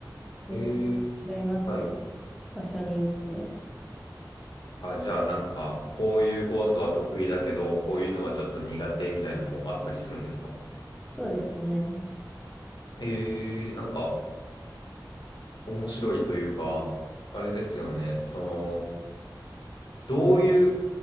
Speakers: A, in the centre; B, on the left (about 75°).
A: 全
B: えー
A: 然違いますね。
B: はい
A: 場所によって。
B: あ、じゃあなんかこういうコースは得意だけど、こういうのはちょっと苦手みたいなのもあったりするんですか
A: そうですね。
B: えー、なんか面白いというか、あれですよね。その、どういう、